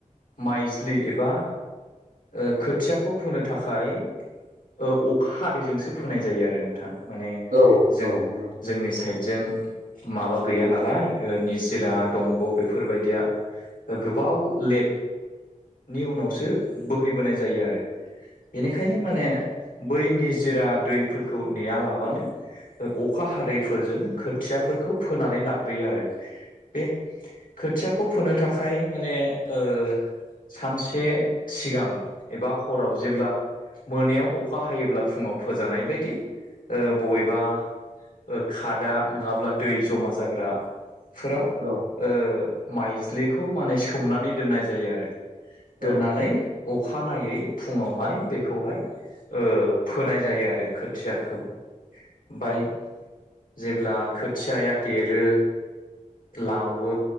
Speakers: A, on the left (about 80°); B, on the right (about 85°).
A: माइज्लि एबा ओ खोथियाखौ फोनो थाखाय ओ अखा हादैजोंसो फोनाय जायो आरो नोंथां माने
B: औ
A: जों
B: औ नंगौ।
A: जोंनि साइड जों माबा गैया नालाय निजिरा दंग' बेफोरबायदिया गोबाव लेटनि उनावसो बोहैबोनाय जायो आरो। बेनिखायनो माने बै निजोरा दैफोरखौ नेया लाबानो। अखा हादैफोरजों खोथियाफोरखौ फोनानै लाग्रोयो आरो बे खोथियाखौ फोनो थाखाय माने ओ सानसे सिगां एबा हराव जेब्ला मोनायाव अखा हायोब्ला फुङाव फोजानाय बायदि ओ बबेबा। ओ खादा नङाब्ला दै जमा जाग्रा। फोराव
B: औ
A: ओ माइज्लिखौ माने सोमनानै दोननाय जायो आरो। दोननानै
B: औ
A: अखानायै फुङावहाय बेखौहाय ओ फोनाय जायो आरो खोथियाखौ। ओमफाय जेब्ला खोथियाया देरो। लावो।